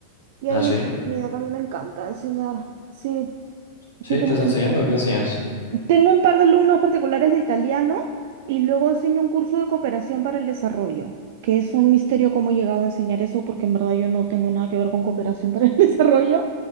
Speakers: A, on the right; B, on the left.
A: y ahí
B: Ah, sí.
A: entretenida, que a mí me encanta enseñar. Sí, así
B: ¿Sí? ¿Estás
A: que muy
B: enseñando? ¿Qué
A: bien.
B: enseñas?
A: tengo un par de alumnos particulares de italiano y luego enseño un curso de cooperación para el desarrollo, que es un misterio cómo he llegado a enseñar eso porque en verdad yo no tengo nada que ver con cooperación para el <laughs> desarrollo,